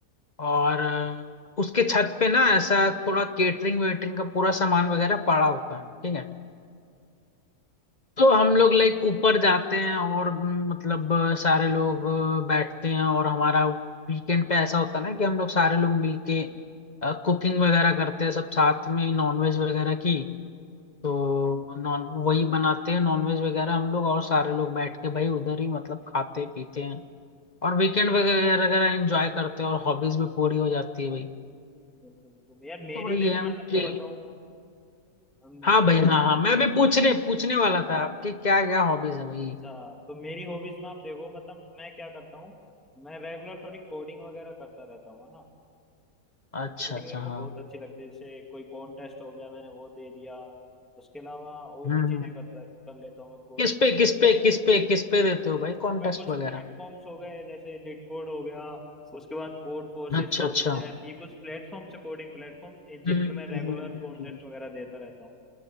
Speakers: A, on the left (about 35°); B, in the centre.
A: और अ, उसके छत पे ना ऐसा थोड़ा केटरिंग वेटरिंग का पूरा सामान वगैरह पड़ा होता है ठीक है तो हम लोग लाइक ऊपर जाते हैं और म, मतलब अ, सारे लोग अ, बैठते हैं और हमारा वीकेंड पे ऐसा होता है ना कि हम लोग सारे लोग मिलके कुकिंग वगैरह करते हैं सब साथ में नॉनवेज वगैरह की तो
B: बिल्कुल
A: नॉन वही बनाते हैं नॉनवेज वगैरह हम लोग और सारे लोग बैठ के भाई उधर ही मतलब खाते पीते हैं और वीकेंड वगैरह वगैरह एंजॉय करते हैं और हॉबीज भी पूरी हो जाती है भाई
B: बिल्कुल यार मेरी
A: तो वही
B: जैसे
A: है
B: मैं आपको
A: कि
B: बताऊं हम मेरी
A: हाँ भाई
B: हॉबीज
A: हाँ हाँ मैं भी पूछने पूछने वाला था आपके क्या क्या हॉबीज है भाई
B: अच्छा तो मेरी हॉबीज में आप देखो मतलब मैं क्या करता हूँ मैं रेगुलर थोड़ी कोडिंग वगैरह करता रहता हूँ है ना
A: अच्छा
B: कोडिंग
A: अच्छा
B: मेरे को
A: हाँ
B: बहुत अच्छी लगती है जैसे कोई कॉन्टेस्ट हो गया मैंने वो दे दिया उसके अलावा और
A: हम्म
B: भी चीजें
A: हम्म।
B: करता कर लेता हूँ मैं कोडिंग
A: किस पे
B: में
A: किस पे किस पे किस पे देते हो भाई
B: इसमें
A: कॉन्टेस्ट
B: कुछ
A: वगैरह
B: प्लेटफॉर्म्स हो गए जैसे लिट कोड हो गया उसके बाद कोड फोर्सेस
A: अच्छा
B: कोड
A: अच्छा
B: सैप ये कुछ प्लेटफॉर्म्स है कोडिंग प्लेटफॉर्म जिन
A: हम्म
B: पे मैं
A: हम्म
B: रेगुलर
A: हम्म,
B: कॉन्टेस्ट
A: हम्म,
B: वगैरह देता रहता हूँ